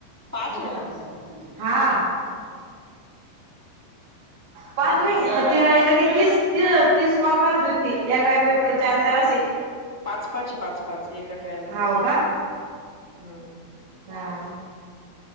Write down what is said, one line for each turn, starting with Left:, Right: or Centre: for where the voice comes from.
Centre: पाच
Right: हां,
Centre: आहे ना?
Right: पाच नाही ते ल की तीस त तीस कॉल करायचे आहेत. ती एका एका व्यक्तीला चार चार अशी.
Centre: पाच पाच पाच पाच एका हेला
Right: हाव
Centre: हम्म.
Right: हां,